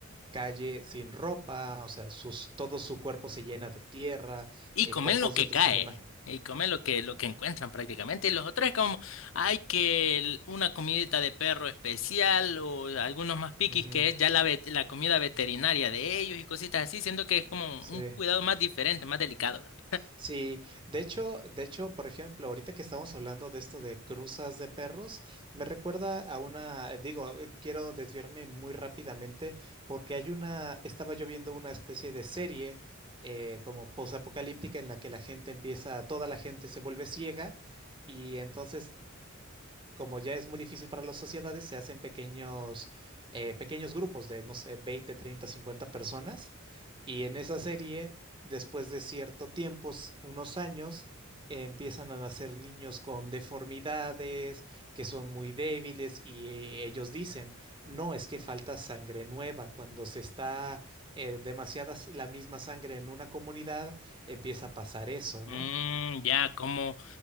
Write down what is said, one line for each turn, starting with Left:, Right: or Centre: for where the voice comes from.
Right: calle sin ropa, o sea, sus, todo su cuerpo se llena de tierra,
Left: Y
Right: eh,
Left: comen
Right: popos
Left: lo que
Right: de otros
Left: cae.
Right: animales.
Left: Y comen lo que, lo que encuentran prácticamente. Y los otros es como, hay que el- una comidita de perro especial o algunos más piquis
Right: Ujú,
Left: que es ya la, vet- la comida veterinaria de ellos y cositas así, siendo que es como
Right: sí.
Left: un cuidado más diferente, más delicado, ¿verdad?
Right: Sí, de hecho, de hecho, por ejemplo, ahorita que estamos hablando de esto de cruzas de perros, me recuerda a una, eh, digo, eh, quiero desviarme muy rápidamente porque hay una, estaba yo viendo una especie de serie eh, como posapocalíptica en la que la gente empieza, toda la gente se vuelve ciega y entonces como ya es muy difícil para las sociedades, se hacen pequeños, eh, pequeños grupos de, no sé, 20, 30, 50 personas. Y en esa serie, después de cierto tiempo, s- unos años, eh, empiezan a nacer niños con deformidades, que son muy débiles, y eh, ellos dicen, no, es que falta sangre nueva. Cuando se está eh, demasiada s- la misma sangre en una comunidad, empieza a pasar eso,
Left: Mm,
Right: ¿no?
Left: ya, como,